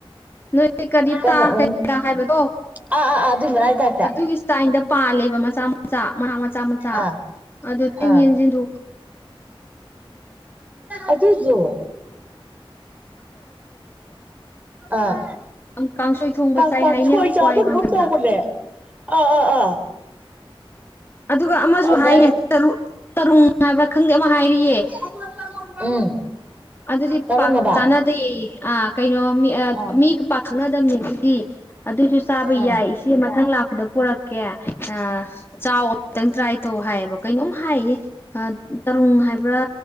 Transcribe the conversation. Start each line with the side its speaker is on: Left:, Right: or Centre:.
Left: ꯅꯣꯏ ꯀꯔꯤꯞꯇꯥ
Right: ꯀꯃ ꯎ
Left: ꯀꯩꯀꯥ
Right: <unintelligible>
Left: ꯍꯥꯏꯕꯗꯣ
Right: ꯑꯥ ꯑꯥ ꯑꯥ ꯑꯗꯨꯏ ꯃꯅꯥꯏ ꯇꯥꯏꯞꯇ
Left: ꯑꯗꯨꯒꯤ ꯁꯇꯥꯏꯟꯗ ꯄꯥꯜꯂꯦꯕ ꯃꯆꯥꯥ <unintelligible> ꯃꯆꯥ ꯃꯆꯥ
Right: ꯑꯥ
Left: ꯑꯗꯣ ꯆꯡ
Right: ꯑꯥ
Left: ꯌꯦꯟꯖꯤꯟꯗꯣ
Right: ꯑꯗꯨꯗꯣ ꯑꯥ
Left: <unintelligible> ꯀꯥꯡꯁꯣꯏ ꯊꯣꯡꯕ
Right: ꯀꯥꯡ
Left: ꯆꯥꯏ
Right: ꯀꯥꯡ
Left: ꯍꯥꯏꯌꯦ
Right: ꯁꯣꯏ
Left: ꯍꯋꯥꯏ
Right: ꯆꯥꯕ꯭ꯔꯥ
Left: ꯃꯡꯒꯟꯒ
Right: ꯀꯩꯅꯣꯝ ꯇꯧꯕꯅꯦ ꯑꯥ ꯑꯥ ꯑꯥ
Left: ꯑꯗꯨꯒ ꯑꯃꯁꯨ
Right: ꯑꯗꯨꯃꯥꯏꯅ
Left: ꯍꯥꯏꯅꯦ ꯇꯔꯨꯛ ꯇꯔꯨꯡ ꯍꯥꯏꯕ꯭ꯔꯥ ꯈꯪꯗꯦ ꯑꯃ ꯍꯥꯏꯔꯤꯌꯦ
Right: <inaudible> ꯎꯝ
Left: ꯑꯗꯨꯗꯤ
Right: ꯇꯔꯨꯡꯑꯕ
Left: ꯄꯥꯛ ꯆꯥꯅꯗꯦ ꯑꯥ ꯀꯩꯅꯣ ꯃꯤ
Right: ꯑꯥ
Left: ꯃꯤ ꯄꯥꯛ ꯈꯪꯅꯗꯕꯅꯦꯕ ꯗꯤ ꯑꯗꯨꯏꯁꯨ ꯆꯥꯕ
Right: ꯑꯥ
Left: ꯌꯥꯏ ꯏꯆꯦ ꯃꯊꯪ ꯂꯥꯛꯄꯗ ꯄꯨꯔꯛꯀꯦ ꯑꯥ ꯆꯥꯎ ꯈꯤꯇꯪ ꯇ꯭ꯔꯥꯏ ꯇꯧ ꯍꯥꯏꯌꯦꯕ ꯀꯩꯅꯣꯝ ꯍꯥꯏꯔꯤꯅꯦ ꯑ ꯇꯔꯨꯡ ꯍꯥꯏꯕ꯭ꯔꯥ